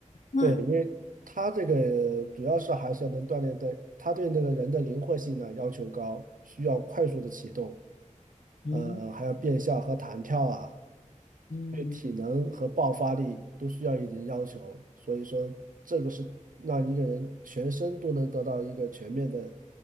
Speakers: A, on the left; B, on the right.
A: 那
B: 对。它这个主要是还是要能锻炼的，它对那个人的灵活性呢要求高，需要快速的启动，
A: 嗯
B: 呃，还有变向和弹跳啊，
A: 嗯，
B: 对体能和爆发力都需要一定要求。所以说，这个是让一个人全身都能得到一个全面的